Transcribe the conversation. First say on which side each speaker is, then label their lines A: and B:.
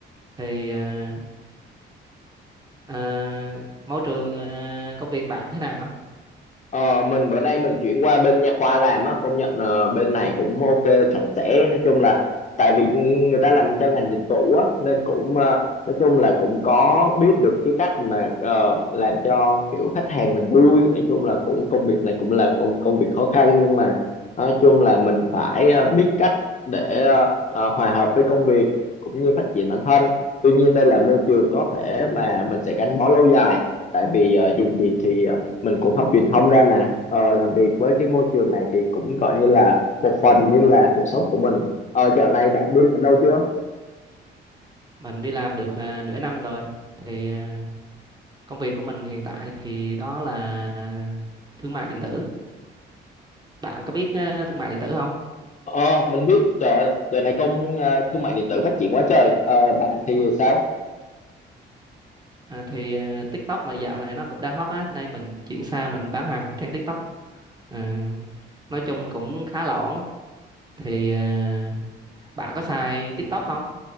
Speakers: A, on the right (about 20°); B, on the left (about 35°).
A: thì à, à, môi trường à, công việc bạn thế nào
B: Ờ, mình bữa nay mình chuyển qua bên nha khoa làm á công nhận ờ, bên này cũng ok sạch sẽ nói chung là tại vì người ta làm cho ngành dịch vụ á nên cũng ờ, nói chung là cũng có biết được cái cách mà ờ, làm cho kiểu khách hàng mình vui nói chung là cũng công việc này cũng là có một công việc khó khăn nhưng mà nói chung là mình phải ờ, biết cách để ờ, ờ, hòa hợp với công việc cũng như phát triển bản thân tuy nhiên đây là môi trường có thể mà mình sẽ gắn bó lâu dài tại vì ờ, dù gì thì ờ, mình cũng học truyền thông ra mà ờ, làm việc với cái môi trường này thì cũng gọi như là một phần như là cuộc sống của mình ờ dạo này bạn đi làm đâu chưa
A: mình đi làm được à, nửa năm rồi thì à, công việc của mình hiện tại thì đó là à, thương mại điện tử bạn có biết à, thương mại điện tử không
B: ờ mình biết trời ơi, dạo này công ờ, thương mại điện tử phát triển quá trời ờ, bạn thì sao
A: À, thì à, TikTok mà dạo này nó cũng đang hot á, nên mình chuyển sang mình bán hàng trên TikTok. À, nói chung cũng khá là ổn. thì à, bạn có xài TikTok không?